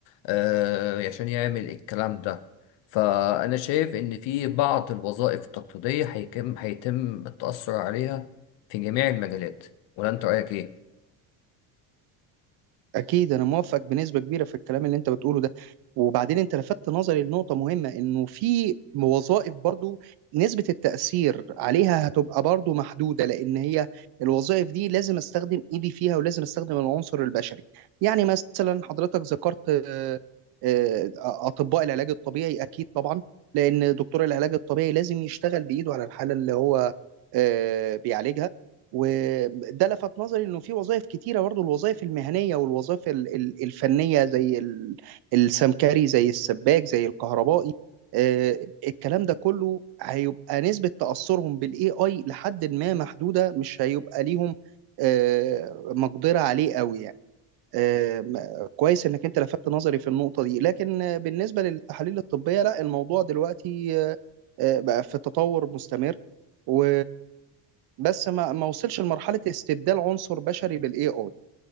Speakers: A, on the left (about 70°); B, on the right (about 55°).
A: آه، عشان يعمل الكلام ده فأنا شايف إن في بعض الوظائف التقليدية هيتم هيتم التأثر عليها في جميع المجالات ولا أنت رأيك إيه؟
B: اكيد انا موافق بنسبه كبيره في الكلام اللي انت بتقوله ده وبعدين انت لفتت نظري لنقطه مهمه انه في وظائف برضو نسبه التاثير عليها هتبقى برضو محدوده لان هي الوظائف دي لازم استخدم ايدي فيها ولازم استخدم العنصر البشري يعني مثلا حضرتك ذكرت آه، آه، اطباء العلاج الطبيعي اكيد طبعا لان دكتور العلاج الطبيعي لازم يشتغل بايده على الحاله اللي هو آه، بيعالجها وده لفت نظري انه في وظائف كتيره برضه الوظائف المهنيه والوظائف ال- ال- الفنيه زي ال- السمكري زي السباك زي الكهربائي آه، الكلام ده كله هيبقى نسبه تاثرهم بالاي اي لحد ما محدوده مش هيبقى ليهم آه، مقدره عليه قوي يعني آم، كويس انك انت لفتت نظري في النقطة دي لكن آه، بالنسبة للتحاليل الطبية لا الموضوع دلوقتي آه، آه، بقى في تطور مستمر و بس ما ما وصلش لمرحلة استبدال عنصر بشري بالاي اي